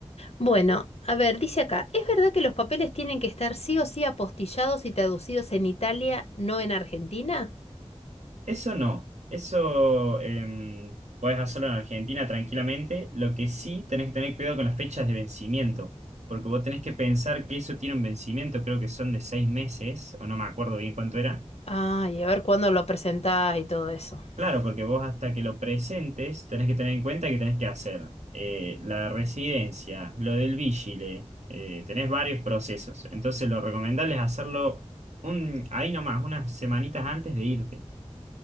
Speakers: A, on the left; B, on the right.
A: Bueno, a ver, dice acá, ¿es verdad que los papeles tienen que estar sí o sí apostillados y traducidos en Italia, no en Argentina?
B: Eso no, eso puedes podés hacerlo en Argentina tranquilamente, lo que sí tenés que tener cuidado con las fechas de vencimiento, porque vos tenés que pensar que eso tiene un vencimiento, creo que son de seis meses, o no me acuerdo bien cuánto era,
A: Ah, y a ver cuándo lo presentás y todo eso.
B: Claro, porque vos hasta que lo presentes tenés que tener en cuenta que tenés que hacer eh, la residencia, lo del vigile, eh, tenés varios procesos. Entonces lo recomendable es hacerlo un, ahí nomás, unas semanitas antes de irte.